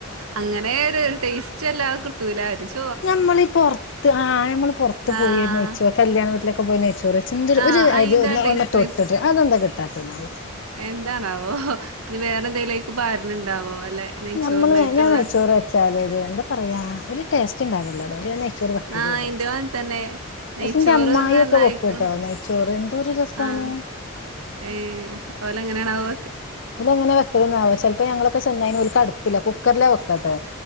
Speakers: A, on the right (about 80°); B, on the left (about 60°).
A: അങ്ങനെ ഒരു ടേസ്റ്റ് അല്ലാതെ കിട്ടല ആരിച്ചു
B: ഞമ്മളീ ഈ പുറത്ത് ആഹ് നമ്മൾ പുറത്ത്
A: ആഹ്
B: പോയി നയ്ച്ചോറ് കല്യാണ വീട്ടിലൊക്കെ നെയ്ച്ചോറ് ചെന്തൊരു
A: ആഹ്
B: ഒരു
A: അയിന്റെ
B: അരിഒന്ന്
A: ആ ടേസ്റ്റ്
B: ഒന്ന്മ്മെ തൊട്ടിട്ട് അതെന്താ കിട്ടാത്തത് ന്നാവോ
A: എന്താണാവോ നീ വേറെ എന്തെങ്കലും പാരണ ഉണ്ടാവോ അല്ലെ നെയ്ച്ചോറിനായിട്ടുള്ള
B: നമ്മള് ഞാൻ നെയ്ച്ചോറ് വച്ചാ അതത് എന്താ പറയാ ഒരു ടേസ്റ്റ് ഉണ്ടാവല്ലോ അതോണ്ട് നെയ്ച്ചോറ് വെക്കലല്ല
A: ആഹ് ഇന്റെ മോൻ തന്നെ നെയ്ച്ചോറ്ന്ന്
B: പന്റെ അമ്മായി
A: പറഞ്ഞ
B: ഒക്കെ വെക്ക
A: അയ്ക്ക്
B: കേട്ടോ ന ചോറ് എന്തോരു രസണോ
A: ആഹ് ഏഹ് ഓല എങ്ങനെയാണാവ
B: ഇങ്ങനെ വെക്കൽ ആവോ ചിലപ്പോ ഞങ്ങളൊക്കെ ചെന്ന് ഒല്ക് അടുപ്പില്ല കുക്കറിലെ വെക്ക കേട്ടോ